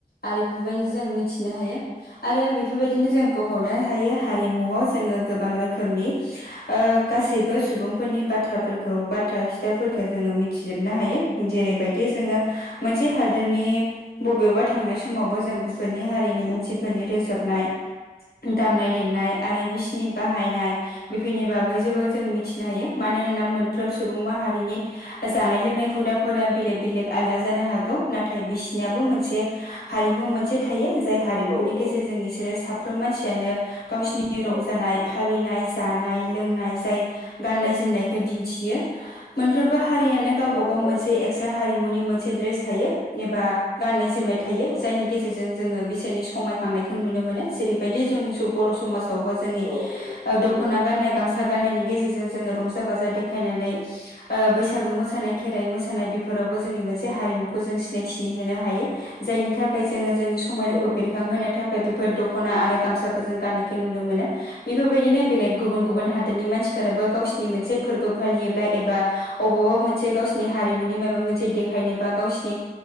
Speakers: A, on the left (about 75°); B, on the right (about 55°).
A: आरो बेफोरबायदि जों मिथिनो हायो आरो बेफोरबायदिनो जों बुंब'नो हायो हारिमुआव जोङो गोबां रोखोमनि ओ गासैबो सुबुंफोरनि बाथ्राफोरखौ बाथ्रा खिथाफोरखौ जोङो मिथिजोबनो हायो जेरैबायदि जोङो मोनसे हादोरनि बबेबा थांनाय समावबो जों बिफोरोरनि हारिनि मानसिफोरनि रोजोबनाय दामनाय देनाय आरो बिसिनि बाहायनाय बेफोरनि बाग बै जेबो जों मिथिनो हायो मानोना मोनफ्रोम सुबुं माहारिनि जानाय लोंनाय हुदाफोरा बेलेक बेलेग आलदा जानो हागौ नाथाय बिसिनियाबो मोनसे हारिमु मोनसे थायो। जाय हारिमुनि
B: औ
A: गेजेरजों
B: औ
A: इसोरो साफ्रोम मानसियानो गावसिनि रंजानाय
B: औ
A: फालिनाय जानाय लोंनाय जाय गाननाय
B: औ
A: जोमनायखो दिन्थियो मोनफ्रोमबो हारियानो गावबा
B: औ
A: गाव
B: थारैनो
A: मोनसे एक्स्रा हारिमुनि मोनसे द्रेस थायो एबा गान्नाय जोमनाय थायो
B: औ
A: जायनि गेजेरजों जोङो बिसोरनि समायखांनायखौ नुनो मोनो जेरैबायदि जोंनि बर' समाज आवबो जोंनि
B: औ औ
A: दख'ना
B: नंगौ
A: गानाय गामसा गाननायनि गेजेरजों जोङो रंजा बाजा देखायनानै ओ बैसागो मोसानाय खेराइ मोसानाय बेफोरावबो जोंनि मोनसे हारिमुखौ जों सिनायथि होनो हायो जायनि थाखाय जोङो जोंनि समायनाखौ
B: औ
A: बेरखांहोनो थाखाय बेफोर दख'ना आरो गामसाखौ जों गाननायखौ नुनो मोनो बेफोरबायदिनो बेलेग गुबुन
B: नंगौ
A: गुबुन हादोरनि मानसिफोराबो गावसोरनि मोनसे फोरबो फालियोब्ला एबा अबावबा मोनसे गावसिनि हारिमुनि नि माबा मोनसे देखायनोबा गावसिनि